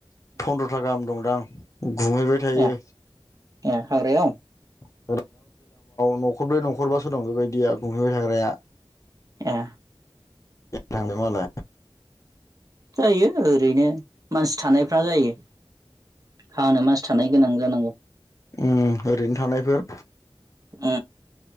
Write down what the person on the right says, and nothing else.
ओ ओ हाग्रायाव
ए
जायो ओरैनो मानसि थानायफ्रा जायो फानो मास थानाय गोनां जानांगो
उम